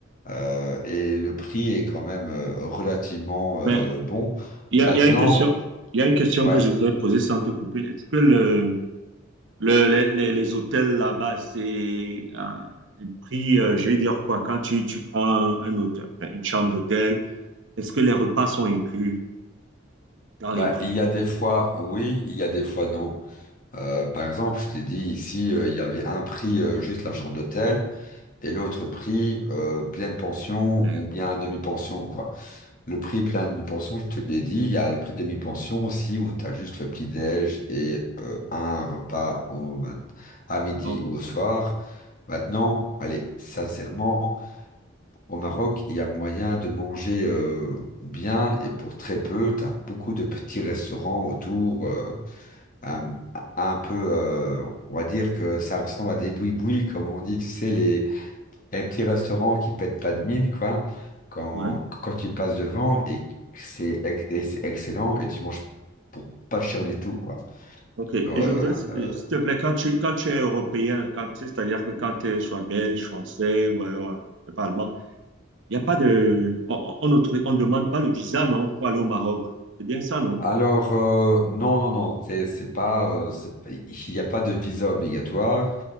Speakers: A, on the left; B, on the right.
A: euh, et le prix est quand même euh, relativement euh,
B: Ben,
A: bon.
B: il
A: Maintenant,
B: y a, il y a une question, il y a une question
A: ouais,
B: que je voudrais poser sans te couper. Est-ce que le, Le- les, les- les hôtels là-bas, c'est euh, les prix, euh, je vais dire quoi, quand tu, tu prends un, un hôtel, enfin, une chambre d'hôtel, est-ce que les repas sont inclus dans
A: bah,
B: les prix?
A: il y a des fois oui, il y a des fois non. Euh, par exemple, je t'ai dit ici, euh, il y avait un prix euh, juste la chambre d'hôtel et l'autre prix euh, pleine pension
B: Ouais.
A: ou bien demi-pension, quoi. Le prix pleine pension, je te l'ai dit, il y a le prix demi-pension aussi où tu as juste le petit-déj et euh, un repas au mat- à midi
B: Oh,
A: ou au soir. Maintenant, allez, sincèrement. Au Maroc, il y a moyen de manger euh, bien et pour très peu. Tu as beaucoup de petits restaurants autour, euh, un, un peu, euh, on va dire que ça ressemble à des boui-boui, comme on dit, tu sais, les, les petits restaurants qui pètent pas de mine, quoi, quand,
B: ouais.
A: quand tu passes devant et que c'est ex- et c'est excellent et tu manges pour pas cher du tout, quoi.
B: OK. Et
A: Euh,
B: je voudrais, euh,
A: euh,
B: s'il te plaît, quand tu, quand tu es européen, quand, tu sais, c'est-à-dire que quand tu es soit belge, français ou alors, euh, je sais pas, allemand, il n'y a pas de. On on n'autorise- on ne demande pas le visa, non, pour aller au Maroc. C'est bien ça, non?
A: alors, euh, non, non, non, c'est c'est pas, euh, c'est- il n'y a pas de visa obligatoire.